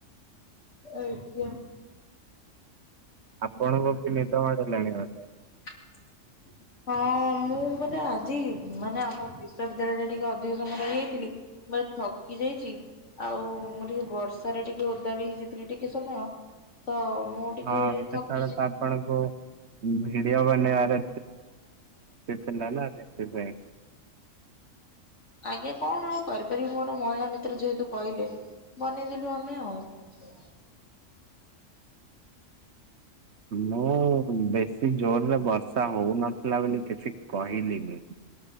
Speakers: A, on the left (about 65°); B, on the right (about 60°).
A: ଦେଖିଆ।
B: ଆପଣଙ୍କୁ ବି ନିଦ ମାଡିଲାଣି ବୋଧି।
A: <inaudible> ହଁ ମୁଁ ମାନେ ଆଜି ମାନେ ଆମ ବିଶ୍ବବିଦ୍ୟାଳୟରେ ଟିକେ ଅଧିକ ସମୟ ରଇଯାଇଥିଲି। ମାନେ ଥକି ଯାଇଚି। ଆଉ ମୁଁ ଟିକେ ବର୍ଷାରେ ଟିକେ ଓଦା ବି ହେଇଯାଇଥିଲି ଟିକେ ସମୟତ ମୁଁ। ଟିକେ
B: ହଁ ସେତେବେଳେ
A: ଥକ୍।
B: ଆପଣଙ୍କୁ ଭିଡିଓ ବନେଆରେ ଥିଲାନା ସେଥିପାଇଁ।
A: ଆଜ୍ଞା କଣ ଆଉ କରିପାରିବି ମୋର ମହିଳା ମିତ୍ର ଯେହେତୁ କଇଲେ ବନେଇଦଲୁ ଆମେ ଆଉ। <unintelligible>
B: ମୁଁ ବେଶୀ ଜୋରରେ ବର୍ଷା ହଉନଥିଲା ବୋଲି କିଛି କହିଲିନି।